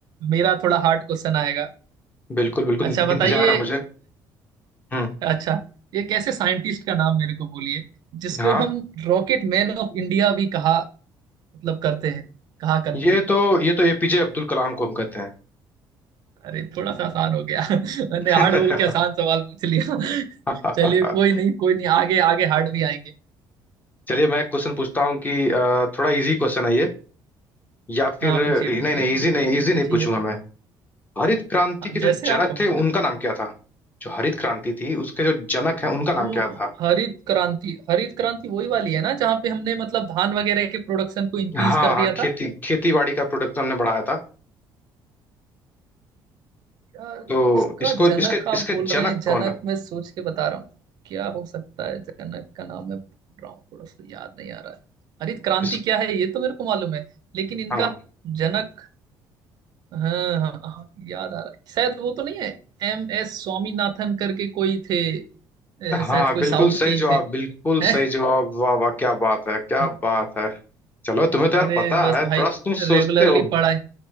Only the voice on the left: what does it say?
बिल्कुल बिल्कुल
इंतजार है मुझे हम्म
हाँ
ये
तो ये तो एपीजे अब्दुल कलाम को हम कहते
हैं
<laughs>
चलिए मैं एक क्वेश्चन पूछता हूँ कि अ, थोड़ा इजी क्वेश्चन है ये या फिर
नहीं नहीं
इजी
नहीं इजी नहीं
पूछूंगा
मैं हरित क्रांति
के जो
जनक
थे उनका
नाम क्या था जो हरित क्रांति थी उसके जो जनक हैं उनका
नाम क्या था
हाँ
हाँ खेती
खेती बाड़ी का प्रोडक्शन हमने बढ़ाया था
तो
इसको
इसके
इसके
जनक
कौन था
इस
हाँ
हाँ
बिल्कुल
सही
जवाब
बिल्कुल
सही जवाब वाह वाह क्या बात है क्या
बात है चलो तुम्हें तो यार
पता
है
थोड़ा तुम
सोचते हो